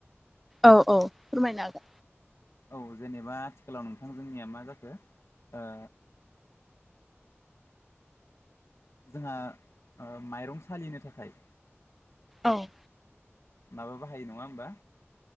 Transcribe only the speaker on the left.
औ जेनेबा आथिखालाव नोंथां जोंनिया मा जाखो ओ जोंहा ओ माइरं सालिनो थाखाय
माबा बाहायो नङा होमबा?